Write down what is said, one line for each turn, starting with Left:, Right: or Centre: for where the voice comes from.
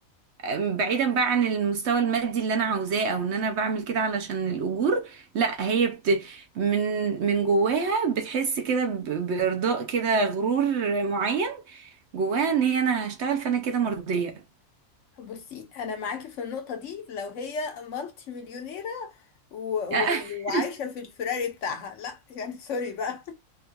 Right: بعيدا بقى عن المستوى المادي اللي انا عاوزاه او ان انا بعمل كده علشان الاجور لا هي بت من من جواها بتحس كده ب- بارضاء كده غرور معين جواها ان هي انا هشتغل فانا كده مرضية
Left: بصي انا معاكي في النقطة دي لو هي مالتي مليونيرة و- و-
Right: <laughs>
Left: وعايشة في الفراري بتاعها لا يعني سوري بقى